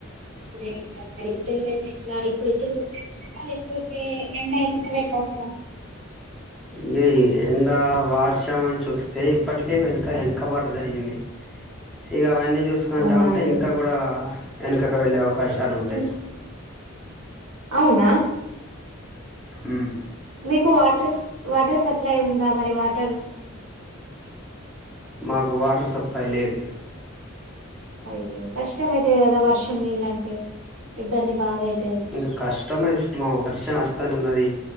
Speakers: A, on the right; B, in the centre.
A: మ ఇత్లు వెతే ఎట్లా ఇప్పుడు ఇతులు వె ఎండలు ఎక్కువైతే ఎండలు ఏల్తే వెట్టాచ్చ
B: ఇ ఎండ వార్షం అని చూస్తే ఇప్పటికే వెనక వెనకబాటు జరిగింది ఇక అవన్నీ చూసుకుంటా
A: అవునా
B: ఉంటే
A: అండి.
B: ఇంకా కూడా వెనకకు వెళ్ళే అవకాశాలు ఉంటాయి
A: హ్మ్. అవునా
B: ఉ
A: మీకు వాటర్ వాటర్ సప్లై ఉందా మరి వాటరు
B: మాకు వాటర్ సప్లై లేదు
A: అయ్యో కష్టం అయితాది కదా వర్షం నీళ్ళుంటే ఇబ్బంది బాగా అయి
B: ఇంకా కష్టమ ఇష్టము వర్షం వస్తని ఉన్నది